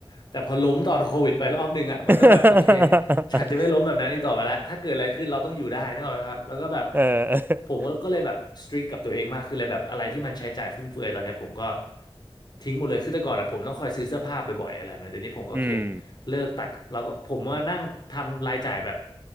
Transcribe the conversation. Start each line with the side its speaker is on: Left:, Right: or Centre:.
Left: แต่พอล้มตอนโควิดไปรอบนึงอะมันก็แบบโอเค
Right: <laughs>
Left: ฉันจะไม่ล้มแบบนั้นอีกต่อไปแล้ว ถ้าเกิดอะไรขึ้นเราต้องอยู่ได้นึกออกไหมครับแล้วก็แบบ
Right: เออ
Left: ผมก็เลยแบบสตริกกับตัวเองมากขึ้นเลยแบบอะไรที่มันใช้จ่ายฟุ่มเฟือยตอนเนี้ยผมก็ทิ้งหมดเลยคือแต่ก่อนอะผมต้องคอยซื้อเสื้อผ้าบ่อยๆอะไรแบบนี้เดี๋ยวนี้ผมก็โอเค
Right: อืม
Left: เลิกตัดแล้วก็ผมว่านั่งทำรายจ่ายแบบ